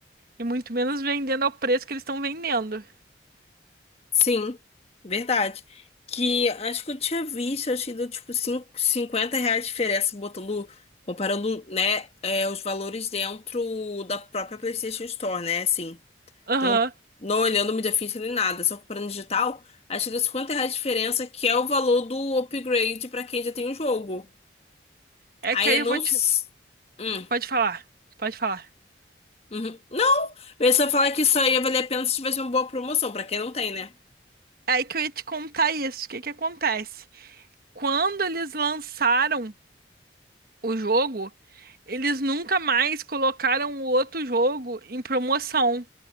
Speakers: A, on the right; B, on the left.
A: E muito menos vendendo ao preço que eles estão vendendo.
B: Sim, verdade. Que acho que eu tinha visto, acho que deu tipo cin- 50 reais de diferença botando, comparando, né, é, os valores dentro da própria PlayStation Store, né? Assim,
A: Aham.
B: não, não olhando mídia física nem nada, só comparando digital, acho que deu 50 reais de diferença, que é o valor do upgrade pra quem já tem o jogo.
A: É
B: Aí
A: que aí
B: eu
A: eu
B: não.
A: vou
B: s-
A: te
B: Hum,
A: Pode falar, pode falar.
B: uhum. Não! Eu ia só falar que isso aí ia valer a pena se tivesse uma boa promoção, pra quem não tem, né?
A: É aí que eu ia te contar isso. O que que acontece? Quando eles lançaram o jogo, eles nunca mais colocaram o outro jogo em promoção,